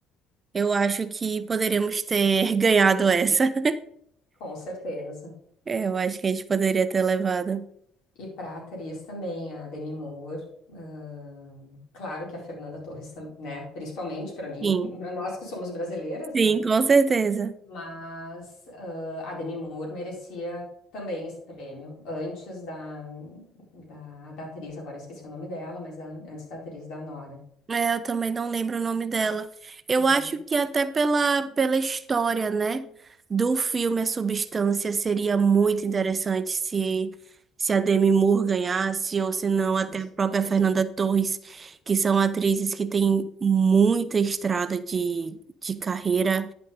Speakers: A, on the right; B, on the left.
A: eu acho que poderíamos ter <laughs> ganhado essa.
B: Com certeza.
A: É, Eu acho que a gente poderia ter levado.
B: E para atriz também, a Demi Moore. ahn, claro que a Fernanda Torres, tam- né? Principalmente para mim,
A: Sim,
B: <laughs> pra nós que somos brasileiras,
A: sim,
B: né?
A: com certeza.
B: Mas ah, a Demi Moore merecia também esse prêmio, antes da, da, da atriz, agora eu esqueci o nome dela, mas da- antes da atriz da Nora.
A: É, eu também não lembro o nome dela. Eu
B: Hum,
A: acho que até pela, pela história, né, do filme A Substância seria muito interessante se se a Demi Moore ganhasse ou se não
B: com
A: até
B: certeza.
A: a própria Fernanda Torres, que são atrizes que têm muita estrada de, de carreira